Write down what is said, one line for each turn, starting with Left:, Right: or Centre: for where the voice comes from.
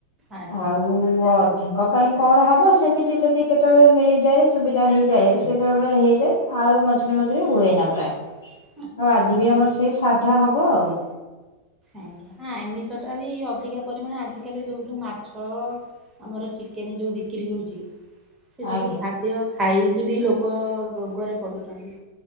Right: ଆଜ୍ଞା
Left: ଆଉ ଆଉ ଅଧେଙ୍କ ପାଇଁ କଣ ହବ। ସେମିତି ଯଦି କେତେବେଳେ ମିଳିଯାଏ ସୁବିଧା ହେଇଯାଏ ସେ ବେଳେବେଳେ ହେଇଯାଏ। ଆଉ ମଝିରେ ମଝିରେ ହୁଏ ନା ପ୍ରାୟ।
Right: <inaudible>
Left: ଆଉ ଆଜି ବି ଆମର ସେଇ ସାଧା ହବ ଆଉ।
Right: ଆଜ୍ଞା। ହଁ, ଆମିଷ ଟା ବି ଅଧିକା ପରିମାଣରେ ଆଜିକାଲି ସବୁ ଯୋଉ ମାଛ ଆମର ଚିକେନ ଯୋଉ ବିକ୍ରି ହଉଛି। ସେ ସବୁ
Left: ଆଜ୍ଞା
Right: ଖାଦ୍ୟ ଖାଇକି ବି ଲୋକ ରୋଗରେ ପଡ଼ୁଛନ୍ତି।